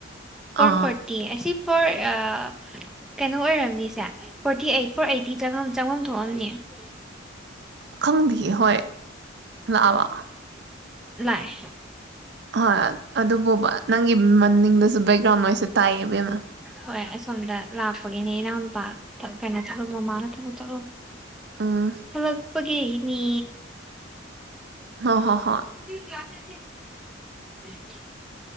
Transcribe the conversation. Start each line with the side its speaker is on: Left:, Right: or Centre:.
Centre: ꯐꯣꯔ
Right: ꯑ
Centre: ꯐꯣꯔꯇꯤ ꯑꯁꯤ ꯐꯣꯔ ꯀꯩꯅꯣ ꯑꯣꯏꯔꯝꯅꯤꯁꯦ ꯐꯣꯔꯇꯤ ꯑꯩꯠ ꯐꯣꯔ ꯑꯩꯠꯇꯤ ꯆꯪꯉꯐꯝ ꯊꯣꯛꯑꯝꯅꯦ ꯀ
Right: ꯈꯪꯗꯦ ꯍꯣꯏ ꯂꯥꯛꯕ
Centre: ꯂꯥꯛꯏ
Right: ꯍꯣꯏ ꯑꯗꯨꯕꯨꯕ ꯅꯪꯒꯤ ꯃꯅꯤꯡꯗꯁꯨ ꯕꯦꯛꯒ꯭ꯔꯥꯎꯟ ꯅꯣꯏꯁꯦ ꯇꯥꯏꯌꯦꯕꯦꯝꯃ
Centre: ꯍꯣꯏ ꯑꯁꯣꯝꯗ ꯂꯥꯛꯄꯒꯤꯅꯦ ꯏꯅꯥꯎꯅ ꯀꯩꯅ ꯆꯣ ꯃꯃꯥꯅꯦ ꯊ ꯆꯣ
Right: ꯎꯝ
Centre: ꯍꯂꯄ ꯀꯅꯤ
Right: ꯑꯣ ꯍꯣ
Centre: ꯀ꯭ꯂꯥꯁꯦꯁꯦ <unintelligible>